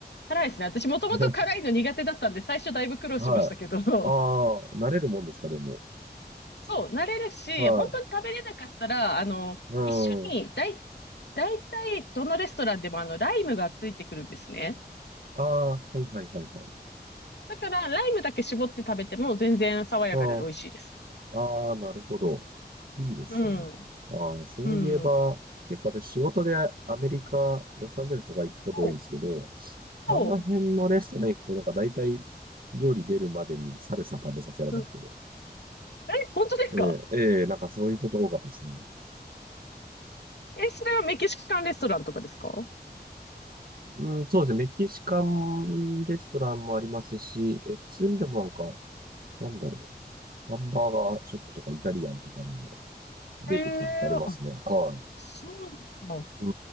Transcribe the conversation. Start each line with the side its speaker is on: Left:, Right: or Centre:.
Left: 辛いですね。私もともと辛いの苦手だったんで、
Right: に。<laughs>
Left: 最初だいぶ苦労しましたけど、
Right: はい。ああ、慣れるもんですか、でも。
Left: <laughs> そう、慣れるし、
Right: は
Left: 本当に食べれなかったら、あの、
Right: い。う
Left: 一緒に、
Right: ん。
Left: だい、だいたいどのレストランでもあの、ライムがついてくるんですね。
Right: ああ、はいはいはいはい。
Left: だから、ライムだけ絞って食べても全然爽やかで美味しいです。
Right: うん。ああ、なるほど。いいですね。
Left: うん。
Right: ああ、そういえば、
Left: うん。うん、
Right: 結構私仕事でアメリカ、ロサンゼルスとか行くこと多いんですけど、
Left: そう、
Right: あの辺のレストラン行くとなんか大体料理出るまでにサルサ食べさせられて、
Left: そう。うんえ、本当ですか
Right: ええ、ええなんかそういうこと多かったですね。
Left: え、それはメキシカンレストランとかですか
Right: うん、そうですね。メキシカンレストランもありますし、え、普通にでもなんか、なんだろう。ハンバーガーショップとかイタリアンとかでも出てきたことありますね。
Left: へえ、あ、
Right: は
Left: そうなんだ。
Right: い。う